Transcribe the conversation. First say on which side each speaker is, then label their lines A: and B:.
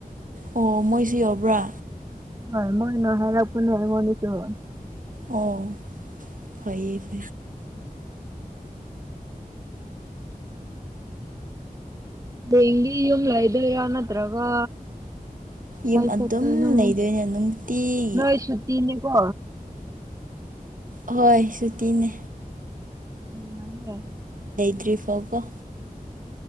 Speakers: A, on the right (about 65°); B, on the right (about 20°).
A: ꯑꯣ ꯃꯣꯏꯁꯨ ꯌꯎꯕ꯭ꯔꯥ
B: ꯍ ꯃꯣꯏꯅ ꯍꯥꯏꯔꯛꯄꯅꯤ ꯑꯩꯉ‌ꯣꯟꯗꯁꯨ
A: ꯑꯣ ꯐꯥꯏꯌ‌ꯦ
B: ꯗꯒꯤ ꯌꯨꯝ ꯂꯩꯥꯏꯗꯣꯏꯔ ꯅꯠꯇ꯭ꯔꯒ
A: ꯌꯨꯝ
B: ꯀꯥꯏ
A: ꯑꯗꯨꯝ
B: ꯆꯠꯇ‌ꯣꯏꯅ‌ꯣ
A: ꯂꯩꯗꯣꯏꯅꯦ ꯅꯨꯡꯇꯤꯒꯤ
B: ꯅ‌ꯣꯏ ꯁꯨꯠꯇꯤ ꯅꯤꯀꯣ
A: ꯍꯣꯏ ꯁꯨꯇꯤꯅꯦ
B: ꯎ ꯃꯥꯅꯦ
A: ꯊ꯭ꯔꯤ ꯐꯥꯎ ꯀ‌ꯣ